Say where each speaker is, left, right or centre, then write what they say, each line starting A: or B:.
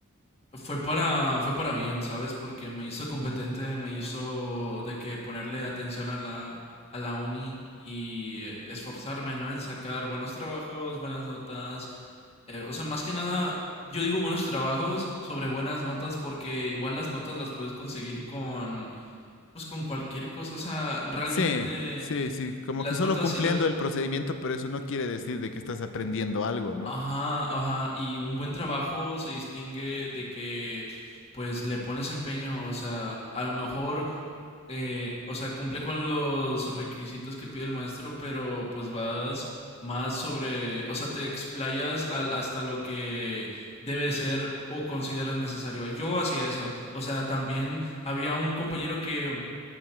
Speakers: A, on the left; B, on the left.
A: fue para, fue para bien, ¿sabes? Porque me hizo competente, me hizo de que ponerle atención a la, a la uni y eh, esforzarme, ¿no? En sacar buenos trabajos, buenas notas. Eh, o sea, más que nada, yo digo buenos trabajos sobre buenas notas porque igual las notas las puedes conseguir con, pues con cualquier cosa. O sea, realmente
B: Sí, sí, sí, como
A: las
B: que solo
A: notas
B: cumpliendo
A: y luego,
B: el procedimiento, pero eso no quiere decir de que estás aprendiendo algo, ¿no?
A: ajá, ajá, y un buen trabajo se distingue de que pues le pones empeño, o sea, a lo mejor, eh, o sea, cumple con los requisitos que pide el maestro, pero pues vas más sobre, o sea, te explayas al- hasta lo que debe ser o consideras necesario. Yo hacía eso, o sea, también había un compañero que